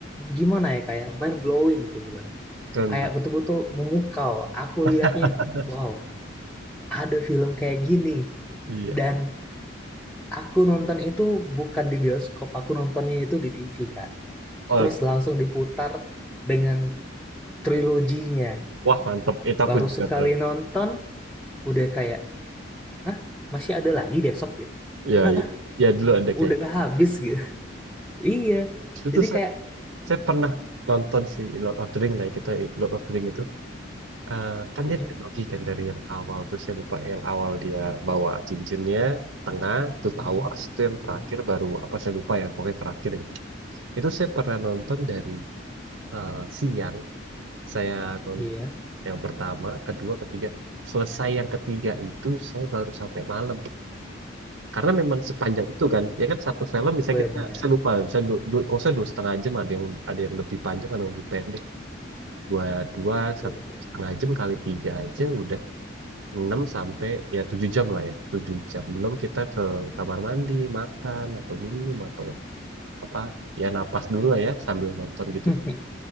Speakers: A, in the centre; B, on the right.
A: gimana ya kayak mind blowing aku bilang.
B: keren
A: Kayak
B: banget.
A: betul-betul memukau. Aku
B: <laughs>
A: lihatnya, wow, ada film kayak gini.
B: Iya.
A: Dan aku nonton itu bukan di bioskop, aku nontonnya itu di TV kak
B: Oh,
A: Terus langsung diputar dengan triloginya.
B: wah mantep. Itu aku
A: Baru
B: juga
A: sekali
B: pernah.
A: nonton udah kayak Hah? masih ada lagi besok gitu
B: Ya,
A: Hah?
B: ya, Ya, dulu ada kayak.
A: udah habis gitu <laughs> iya
B: Itu
A: jadi
B: tuh saya,
A: kayak
B: saya pernah nonton si Lord of the Ring lah kita Lord of the Ring itu eh, kan
A: "Mm-mm,
B: dia trilogi kan dari yang awal tuh saya lupa yang awal dia bawa cincinnya tengah tuh Towers
A: mm-mm,
B: itu yang terakhir
A: iya
B: baru apa saya lupa ya pokoknya terakhir gitu. Itu saya pernah nonton dari eh, siang saya nonton
A: iya
B: yang pertama kedua ketiga selesai yang ketiga itu saya baru sampai malam karena memang sepanjang itu kan ya kan satu film bisa
A: benar
B: kita saya lupa bisa dua, dua kalau saya dua setengah jam ada yang ada yang lebih panjang ada yang lebih pendek dua dua
A: betul
B: sam-
A: betul
B: setengah jam kali tiga aja udah enam sampai ya tujuh jam lah ya tujuh jam belum kita ke kamar mandi makan atau minum atau apa ya napas dulu lah ya sambil nonton gitu
A: Hmm,